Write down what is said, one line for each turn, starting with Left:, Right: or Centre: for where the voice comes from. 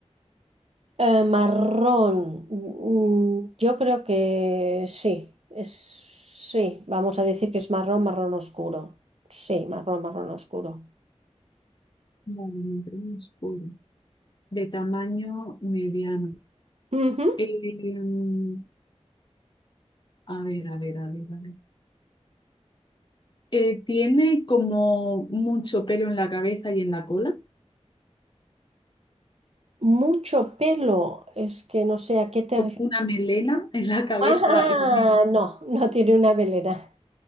Right: Eh, marrón. Mm, yo creo que sí. Es, sí, vamos a decir que es marrón, marrón oscuro. Sí, marrón, marrón oscuro.
Left: Vale, marrón oscuro. De tamaño mediano.
Right: Ujú.
Left: Em, a ver, a ver, a ver, a ver. Eh, tiene como mucho pelo en la cabeza y en la cola.
Right: Mucho pelo. Es que no sé a qué te
Left: Como
Right: refieres.
Left: Una melena <laughs> en la cabeza
Right: Ah,
Left: y también.
Right: no, no tiene una melena.